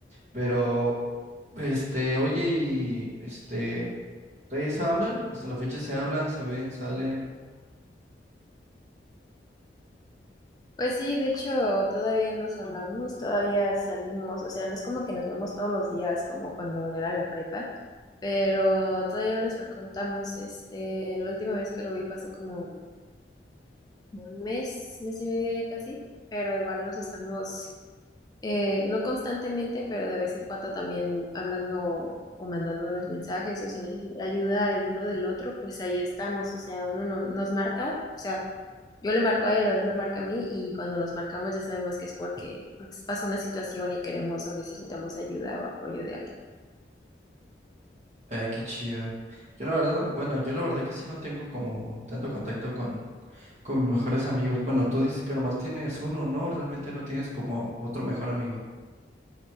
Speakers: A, on the right (about 40°); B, on the left (about 20°).
A: pero... Este, oye, y este, ¿todavía se hablan? Hasta la fecha se hablan, se ven, salen.
B: Pues sí, de hecho, todavía nos hablamos, todavía salimos, o sea, no es como que nos vemos todos los días como cuando era la prepa, pero todavía nos frecuentamos, este, la última vez que lo vi fue hace como un mes, mes y medio ya casi, pero igual nos estamos, eh, no constantemente, pero de vez en cuando también hablando o mandándonos mensajes o si necesita ayuda el uno del otro, pues ahí estamos, o sea, uno no- nos marca, o sea, yo le marco a él o él me marca a mí y cuando nos marcamos ya sabemos que es porque pues, pasa una situación y queremos o necesitamos ayuda o apoyo de alguien.
A: Ay, qué chido. Yo la verdad, bueno, yo la verdad que sí no tengo como tanto contacto con, con mis mejores amigos. Bueno, tú dices que nomás tienes uno, ¿no? Realmente no tienes como otro mejor amigo.